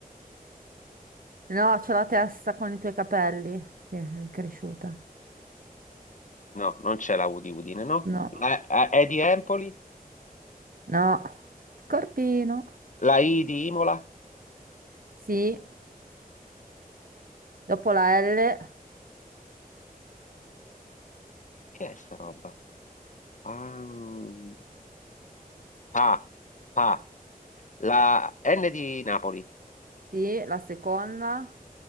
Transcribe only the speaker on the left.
No, non c'è la U di Udine, no?
La E E di Empoli.
La I di Imola.
Che è sta roba? Pan- Pa. Pa. La N di Napoli.